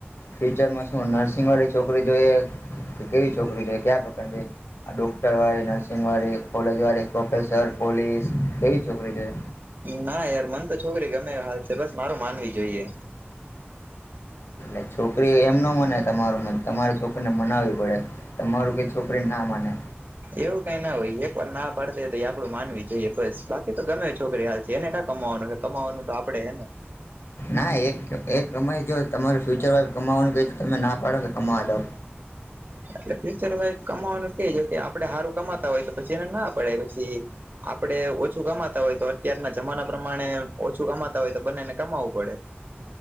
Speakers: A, on the left; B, on the right.
A: ફ્યુચરમાં શું નર્સિંગ વળી છોકરી જોઈએ કે કેવી છોકરી જોઈએ કયા પ્રકારની જોઈએ આ ડોક્ટરવાળી નર્સિંગવાડી કોલેજ વાળી પ્રોફેસર પોલીસ કેવી છોકરી જોએ
B: ના યાર મને તો છોકરી ગમે હાલ છે બસ મારું માનવી જોઈએ
A: એટલે છોકરી એમ ન મને તમારું મન તમારે છોકરીને મનાવવી પડે તમારું કંઈ છોકરી ના માને
B: એવું કઈ ના હોય એક વાર ના પાડ દે તો એક વાર આપડું માનવી જોઈએ બસ બાકી તો ગમે છોકરી હાલ એને કા કમાવાનું હોય કમાવાનું તો આપડે હેને
A: ના એક એક કમાઈ જો તમારું ફ્યુચર વાઇફ કમાવવાનું કહે તો તમે ના પાડો કે કમાવા દો
B: એટલે ફ્યુચર વાઇફ કમાવાનું કે જો કે આપડે સારું કમાતા હોય તો પછી એને ના પડે પછી આપડે ઓછું કમાતા હોય તો અત્યારના જમાના પ્રમાણે ઓછું કમાતા હોય તો બંનેને કમાવવું પડે <inaudible>